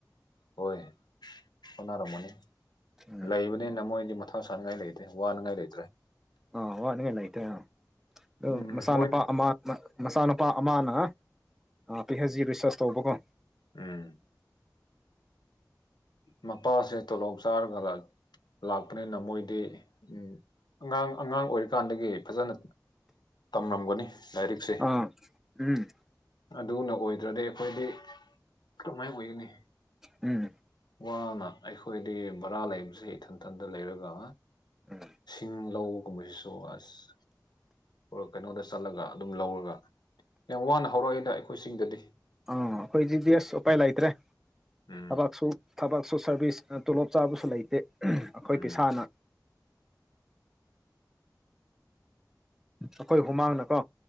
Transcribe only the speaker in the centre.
ꯎꯝ
ꯑꯥ ꯋꯥꯅꯤꯡꯉꯥꯏ ꯂꯩꯇꯦ ꯑꯥ ꯑꯗꯨ
ꯃꯆꯥꯅꯨꯄꯥ
ꯑꯃ ꯃꯆꯥꯅꯨꯄꯥ ꯑꯃꯅ ꯄꯤ ꯍꯩꯁ ꯖꯤ ꯔꯤꯁꯔꯁ ꯇꯧꯕꯀꯣ
ꯑꯥ ꯎꯝ
ꯎꯝ
ꯎꯝ
ꯑꯣ ꯑꯈꯣꯏꯖꯤꯗꯤ ꯑꯁ ꯎꯄꯥꯏ ꯂꯩꯇ꯭ꯔꯦ
ꯊꯕꯛꯁꯨ ꯊꯕꯛ ꯁꯨ ꯁꯥꯔꯚꯤꯁ ꯇꯣꯂꯣꯞ ꯆꯥꯕꯁꯨ ꯂꯩꯇꯦ ꯑꯈꯣꯏ
ꯄꯩꯁꯥꯅ ꯑꯈꯣꯏ ꯍꯨꯃꯥꯡꯅ ꯀꯣ